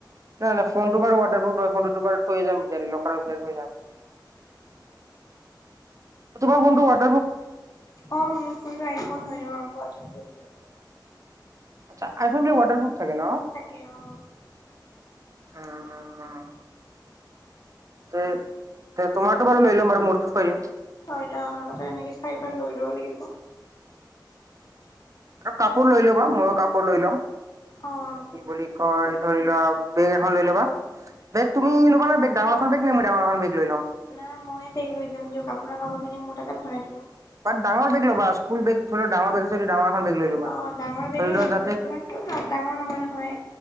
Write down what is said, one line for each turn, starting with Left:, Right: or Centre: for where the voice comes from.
Right: নাই-নাই ফোনটো বাৰু ৱাটাৰপ্ৰুফ হয়, ফোনটোতো বাৰু থৈ যাম। ভিতাৰে, লকাৰৰ ভিতাৰে থৈ যাম। অ', তোমাৰ ফোনটো ৱাট
Left: অ', মোৰ ফোনটো আইফোন হয়। অ', ৱাটাৰপ্ৰুফ হয়।
Right: আচ্ছা, আইফোনবিলাক ৱাটাৰপ্ৰুফ থাকে নহ?
Left: থাকে অ
Right: অ'। উম, তে-তে তোমাৰতো বাৰু লৈ লম বাৰু মূৰটো থৈ দিম।
Left: হয়, অ'। আগতে এনেকে চাই পাই লৈ ল'ব লাগিব।
Right: আৰু কাপোৰ লৈ ল'বা, মইও কাপোৰ লৈ লম।
Left: অ আপুনি
Right: কি বুলি কয় ধৰি লোৱা বেগ এখন লৈ ল'বা, বেগ তুমি ল'বা নে? বেগ ডাঙৰ এখন বেগ, নে মই ডাঙৰ এখন বেগ লৈ ল'ম?
Left: নাই মইয়ে বেগ লৈ যাম দিয়ক, আপোনাৰ কাপোৰ খিনি মোৰ তাতে ভৰাই দিব।
Right: বাট ডাঙৰ বেগ ল'বা, স্কুল বেগ ধৰি লোৱা ডাঙৰ বেগ আছে যদি ডাঙৰ এখন বেগ লৈ ল'বা।
Left: অ', ডাঙৰ বেগে
Right: ধৰি লোৱা
Left: লম এতিয়া,
Right: যাতে
Left: ইমানটো ডাঙৰ নহয় নহয়